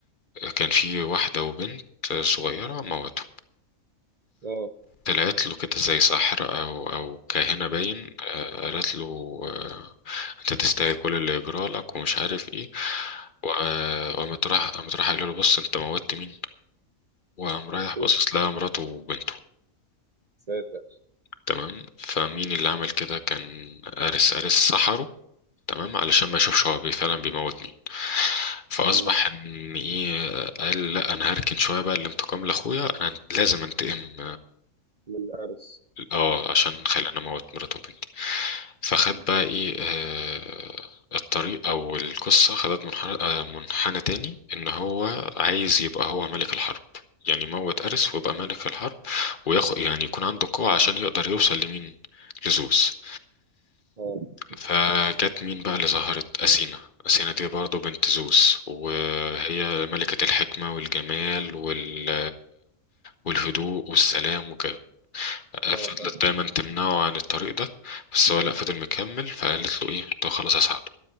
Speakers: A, on the left; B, on the right.
A: كان في واحدة وبنت صغيرة موتهم
B: اه
A: طلعت له كده زي ساحرة أو أو كاهنة باين آه، قالت له آه، أنت تستاهل كل اللي يجرى لك ومش عارف إيه وآه، وقامت راح قامت راح قال له بص أنت موتت مين وقام رايح
B: اخوه
A: باصص لها مراته وبنته
B: ساتر
A: تمام فمين اللي عمل كده كان أرس أرس سحره تمام علشان ما يشوفش هو بي- فعلا بيموت مين فاصبح
B: مم.
A: ان ايه قال لا انا هركن شويه بقى الانتقام لاخويا انا لازم انتقم
B: من الارس
A: اه عشان خلاني اموت مراته وبنتي فخد بقى ايه آه الطريق او القصه خدت منحنى آه، منحنى تاني ان هو عايز يبقى هو ملك الحرب يعني يموت أرس ويبقى ملك الحرب وياخد يعني يكون عنده قوة عشان يقدر يوصل لمين لزوس
B: اه
A: فجت مين بقى اللي ظهرت أثينا أثينا دي برضه بنت زوس وهي ملكة الحكمة والجمال وال والهدوء والسلام وكده
B: اه
A: فضلت
B: اه
A: دايما تمنعه عن الطريق ده بس هو لأ فضل مكمل فقالت له ايه طب خلاص هساعده